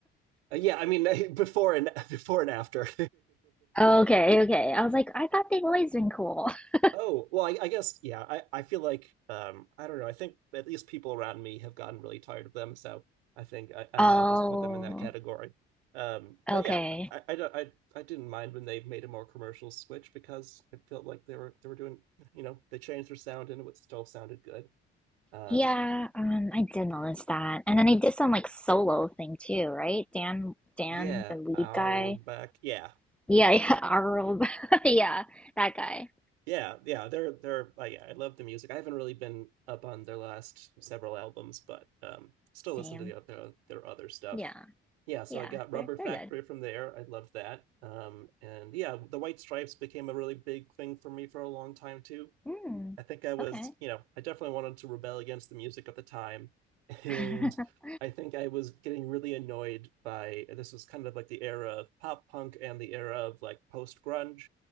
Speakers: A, on the right; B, in the centre.
A: uh, yeah, I mean <laughs> before and before and after.
B: Okay, okay. I was like, I thought they've always been cool.
A: <laughs>
B: <laughs>
A: oh well, I, I guess yeah. I I feel like um I don't know. I think at least people around me have gotten really tired of them, so I think I, I
B: Oh.
A: now just put them in that category. Um,
B: Okay.
A: but yeah, I, I don't I I didn't mind when they made a more commercial switch because it felt like they were they were doing you know they changed their sound and it still sounded good. Um,
B: Yeah, um, I did notice that. And then they did some like solo thing too, right? Dan, Dan,
A: Yeah,
B: the lead
A: our
B: guy.
A: back. Yeah.
B: Yeah, yeah, <laughs> Arul. <laughs> Yeah, that guy.
A: Yeah, yeah, they're they're uh, yeah, I love the music. I haven't really been up on their last several albums, but um still
B: Same.
A: listen to the their, their other stuff.
B: Yeah,
A: Yeah, so
B: yeah,
A: I got Rubber
B: they're
A: Factory
B: they're good.
A: from there. I loved that. Um and yeah, the White Stripes became a really big thing for me for a long time too.
B: Mm,
A: I think I was,
B: okay.
A: you know, I definitely wanted to rebel against the music of the time. <laughs> And
B: <laughs>
A: I think I was getting really annoyed by this was kind of like the era of pop punk and the era of like post grunge.